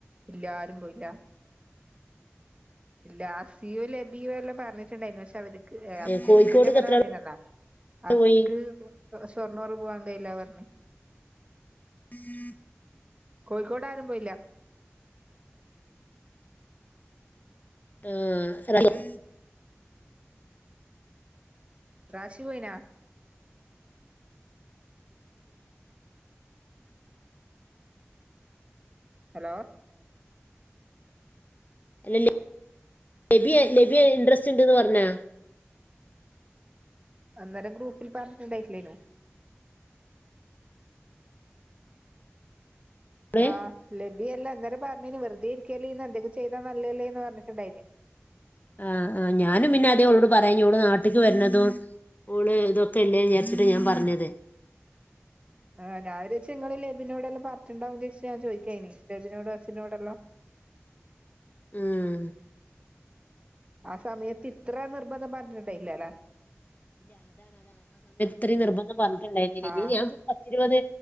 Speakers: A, on the right; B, on the left.
A: എല്ലാരും പോയില്ലാ ഇല്ല, അസിയു ലബിയു എല്ലാം പർഞ്ഞിട്ടുണ്ടായിര്ന്നു. പക്ഷെ അവര് <unintelligible>
B: ഏ, കോഴിക്കോട്ക്ക്
A: ലെബി പിന്നെ എങ്ങനെർഞ്ഞിലല്ലാ,
B: എത്ര ആള്
A: അസിക്ക്
B: പോയി
A: <unintelligible> ഷോർണ്ണോർ പോവാൻ വെയില പറഞ്ഞ്
B: ഉം <unintelligible>
A: കോഴിക്കോട് ആരും പോയില്ല.
B: ആഹ്, റ <unintelligible>
A: റാഷി പോയിനാ? ഹലോ!
B: <unintelligible> ലബ്യേ ലബ്യേ ഇൻട്രസ്റ്റ് ഉണ്ട്ന്ന് പറഞ്ഞാ,
A: അന്നേരം ഗ്രൂപ്പിൽ പറഞ്ഞിട്ടുണ്ടായിട്ടില്ലേനോ?
B: അവിടെ
A: ആഹ് ലേ <unintelligible> ഏ അല്ല. അന്നേരം പർഞ്ഞിനി വെറുതെ ഇരിയ്ക്കല്ലേ ഇര്ന്ന് എന്തെങ്കും ചെയ്താ നല്ലേല്ലേന്ന് പറഞ്ഞിട്ടുണ്ടായിനി.
B: ആ, ആ ഞാനും പിന്നെ അതേഓളോട് പറയാഞ്ഞേ ഓള് നാട്ട്ക്ക് വര്ന്നതും ഓള് ഇതൊക്കെ ഇല്ലേ വിയാര്ച്ചിട്ട് ഞാൻ പർഞ്ഞത്.
A: <inaudible> ആ, ഞാരേച്ച് ങ്ങള് ലബിനോടെല്ലാം പറഞ്ഞിട്ട്ണ്ടാവും രേച്ച് ഞാൻ ചോയിക്കേയ്നി, ലബിനോടോ അസിനോടെല്ലാം <inaudible>
B: ഉം,
A: ആ സമയത്ത് ഇത്ര നിർബന്ധം പർഞ്ഞട്ടി ണ്ടൈല്ല ല്ലെ!
B: ഇത്രിം നിർബന്ധം പറഞ്ഞിട്ട്ണ്ടായിരുന്നില്ല,
A: ആഹ്
B: <unintelligible> പത്തിരുപത്